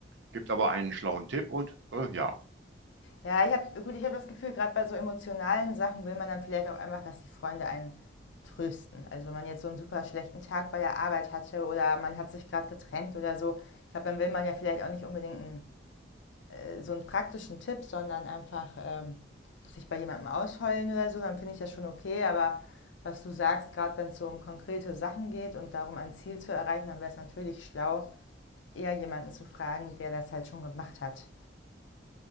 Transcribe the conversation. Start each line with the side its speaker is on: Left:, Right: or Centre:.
Right: Gibt aber einen schlauen Tipp und äh, ja,
Left: Ja, ich habe, gut, ich habe das Gefühl, gerade bei so emotionalen Sachen will man dann vielleicht auch einfach, dass die Freunde einen trösten. Also wenn man jetzt so einen super schlechten Tag bei der Arbeit hatte oder man hat sich gerade getrennt oder so, ich glaube, dann will man ja vielleicht auch nicht unbedingt einen, äh, so einen praktischen Tipp, sondern einfach ähm, sich bei jemandem ausheulen oder so, dann finde ich das schon okay. Aber was du sagst, gerade wenn es so um konkrete Sachen geht und darum, ein Ziel zu erreichen, dann wäre es natürlich schlau, eher jemanden zu fragen, der das halt schon gemacht hat.